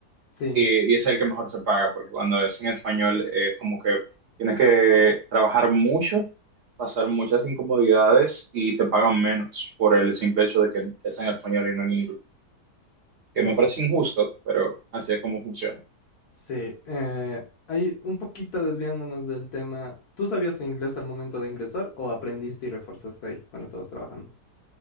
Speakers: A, on the left (about 75°); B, on the right (about 50°).
A: sí,
B: y, y es el que mejor se paga, porque cuando es en español es como que tienes que trabajar mucho, pasar muchas incomodidades y te pagan menos por el simple hecho de que es en español y no en inglés,
A: mm,
B: que me
A: va.
B: parece injusto, pero así es como funciona.
A: Sí, eh, ahí un poquito desviándonos del tema. ¿Tú sabías inglés al momento de ingresar o aprendiste y reforzaste ahí cuando estabas trabajando?